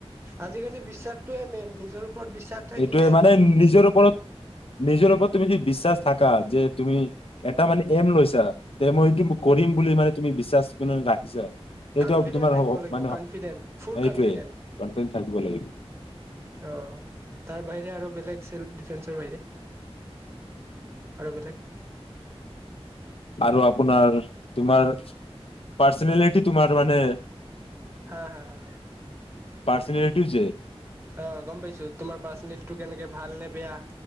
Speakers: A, on the right (about 25°); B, on the left (about 65°).
A: আজিকালি বিশ্বাসটোয়ে মেইন নিজৰ। ওপৰত বিশ্বাস থাকিলে
B: সেইটোৱে মানে নিজৰ ওপৰত নিজৰ ওপৰত তুমি য বিশ্বাস। থাকা যে তুমি এটা মানে এম লৈছা। তে মই এইটো কৰিম বুলি মানে। তুমি বিশ্বাস। ৰাখিছে সেইটোয়া
A: কনফিডেন্ট
B: তোমাৰ
A: থাকিব লাগিব
B: মানে
A: কনফিডেন্ট ফুল
B: এই
A: কনফিডেন্ট
B: টোৱেই থাকিব লাগিব।
A: অ তাৰ বাহিৰে আৰু বেলেগ চেল্ফ ডিফেন্সৰ বাহিৰে আৰু বেলেগ।
B: আৰু আপোনাৰ তোমাৰ। পাৰ্চনেলিটিতো তোমাৰটো মানে
A: হাঁ হাঁ হাঁ
B: পাৰ্চনেটিউ যে
A: অঁ গম পাইছো তোমাৰ পাৰ্চনেলটো কেনেকে ভাল নে বেয়া